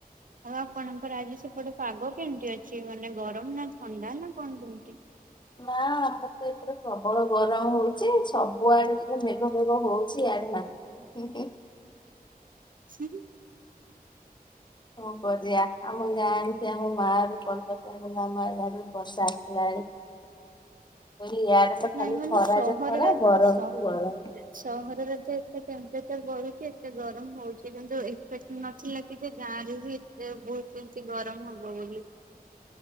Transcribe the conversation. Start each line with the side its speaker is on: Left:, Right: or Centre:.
Right: ଆଉ ଆପଣଙ୍କର ଆଜି ସେପଟେ ପାଗ କେମତି ଅଛି ମାନେ ଗରମ ନା ଥଣ୍ଡା ନା କଣ କେମିତି?
Left: ନା ଆମର ତ ଏପଟେ ପ୍ରବଳ ଗରମ ହଉଚି ସବୁଆଡେ ଟିକେ ମେଘ ଫେଘ ହଉଛି ୟାଡେ ନାହିଁ। ହୁଁ ହୁ।
Right: ହୁଁ ହୁଁ।
Left: କଣ କରିଆ ଆମ ଗାଁ ଆଣିଛି ଆମ <unintelligible> ବର୍ଷା ଆସିଲାଣି। ଇଆଡେ ତ ଖାଲି
Right: ନାଇଁ ମାନେ
Left: ଖରା
Right: ସହରରେ
Left: ଯେ ଖରା
Right: ତ
Left: ଗରମକୁୁ
Right: ସହ
Left: ଗରମ
Right: ସହରରେ ଯେ ଏତେ ଟେମ୍ପରେଚର ବଢୁଛି ଏତେ ଗରମ ହଉଛି କିନ୍ତୁ ଇଫେକ୍ଟ ନଥିଲାକି ଏତ ଗାଁରେ ବି ଏଥିରେ ବହୁତ କେମିତି ଗରମ ହବ ବୋଲି।